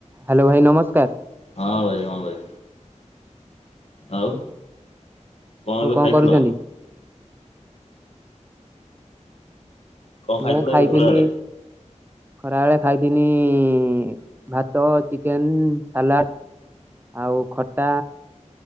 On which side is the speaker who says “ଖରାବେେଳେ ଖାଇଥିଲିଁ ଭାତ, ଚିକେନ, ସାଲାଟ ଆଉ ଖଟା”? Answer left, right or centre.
Right